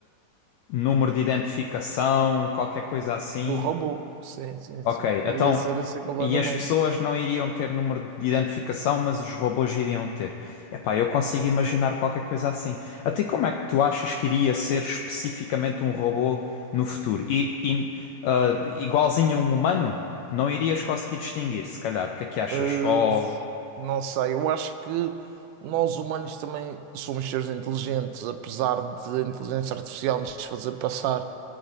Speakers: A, on the left; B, on the right.
A: número de identificação, qualquer coisa assim.
B: Do robô, sim, sim,
A: Ok,
B: sim, iria
A: então.
B: ser assim completamente.
A: E as pessoas não iriam ter número de identificação, mas os robôs iriam ter. Epá, eu consigo imaginar qualquer coisa assim. Até como é que tu achas que iria ser especificamente um robô no futuro? E, e, ah, igualzinho a um humano, não irias conseguir distinguir, se calhar. O que é que achas?
B: Eh,
A: Oh,
B: Não sei, eu acho que nós humanos também somos seres inteligentes, apesar de a inteligência artificial nos fazer passar